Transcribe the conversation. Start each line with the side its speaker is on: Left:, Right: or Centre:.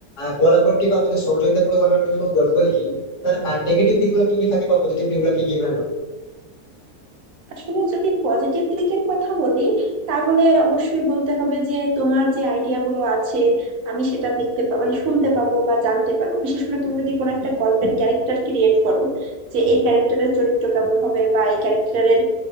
Left: কোলাবোরেটিভ বা আমাদের সহযোগিতামূলক ভাবে আমরা যদি কোনো গল্প লিখি তার নেগেটিভ দিকগুলো কি কি থাকে বা পজিটিভ দিকগুলো কি কি থাকে?
Right: আসলে যদি পজিটিভ দিকের কথা বলি তাহলে অবশ্যই বলতে হবে যে তোমার যে আইডিয়া গুলো আছে আমি সেটা দেখতে পাবো মানে শুনতে পাবো বা জানতে পারবো বিশেষ করে তুমি যদি কোনো একটা গল্পের ক্যারেক্টার ক্রিয়েট করো যে এই ক্যারেক্টারের চরিত্র কেমন হবে বা এই ক্যারেক্টারের